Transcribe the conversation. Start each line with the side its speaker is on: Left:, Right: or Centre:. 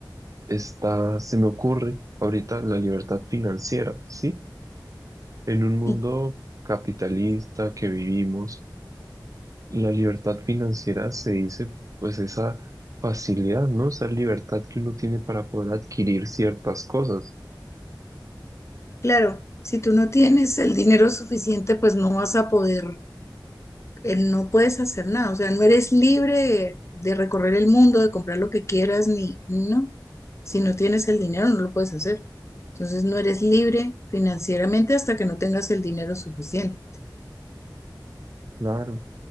Right: está, se me ocurre ahorita la libertad financiera, ¿sí? En un mundo
Left: Y
Right: capitalista que vivimos, la libertad financiera se dice, pues, esa facilidad, ¿no? Esa libertad que uno tiene para poder adquirir ciertas cosas.
Left: claro, si tú no tienes el dinero suficiente, pues no vas a poder, eh, no puedes hacer nada. O sea, no eres libre de, de recorrer el mundo, de comprar lo que quieras, ni no. Si no tienes el dinero, no lo puedes hacer. Entonces no eres libre financieramente hasta que no tengas el dinero suficiente.
Right: Claro.